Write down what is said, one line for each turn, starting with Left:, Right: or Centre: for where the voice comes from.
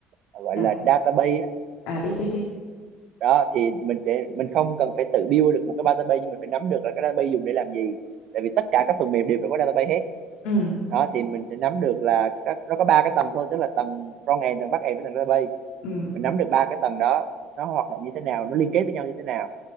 Right: gọi
Left: À,
Right: là database á
Left: à biết biết biết
Right: đó thì mình sẽ mình không cần phải tự build được một cái database nhưng mình phải nắm được là cái database dùng để làm gì tại vì tất cả các phần mềm đều phải có database hết
Left: ừ
Right: đó thì mình sẽ nắm được là các nó có ba cái tầng thôi tức là tầng front end tầng back end với tầng database
Left: ừ
Right: mình nắm được ba cái tầng đó nó hoạt động như thế nào nó liên kết với nhau như thế nào